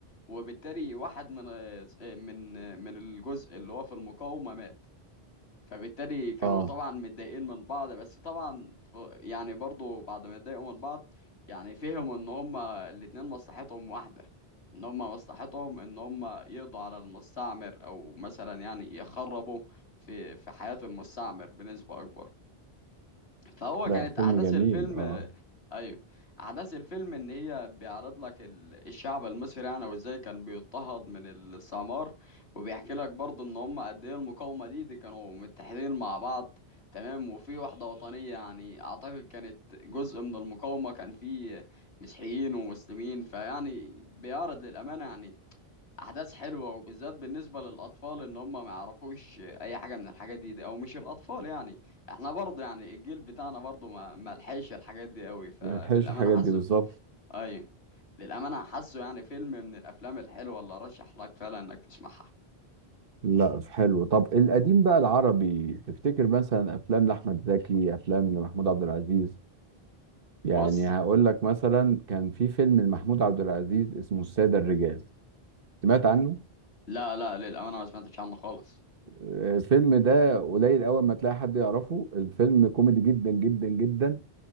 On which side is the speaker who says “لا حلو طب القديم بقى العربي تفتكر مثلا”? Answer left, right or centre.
Right